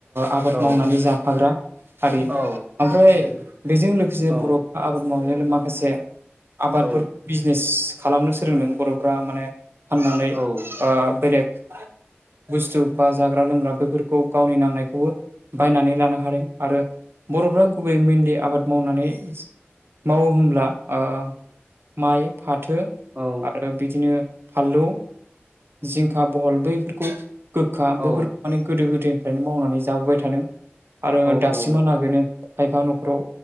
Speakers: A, on the right (about 60°); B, on the right (about 35°).
A: आबाद
B: औ
A: मावनानै जाफाग्रा हारि
B: औ
A: ओमफ्राय बेजों लोगोसे
B: औ
A: बर' आबाद मावनायानो माखासे आबादफोर
B: औ
A: बिजनेस खालामनो सोलोंदों बर'फ्रा माने फाननानै ओ
B: औ
A: बेलेग बुस्थु बा जाग्रा लोंग्रा बेफोरखौ गावनि नांनायखौबो बायनानै लानो हादों आरो बर'फ्रा गुबैयै मेनलि आबाद मावनानै मावो बुंब्ला ओ माइ फाथो
B: औ
A: आरो बिदिनो फानलौ जिंखा बहल बैफोरखौ गोखा बैफोरखौ
B: औ
A: माने गोदो गोदायनिफ्रायनो मावनानै जाबोबाय थादों आरो दासिमहा
B: औ
A: लागै बेनो खायफा न'खराव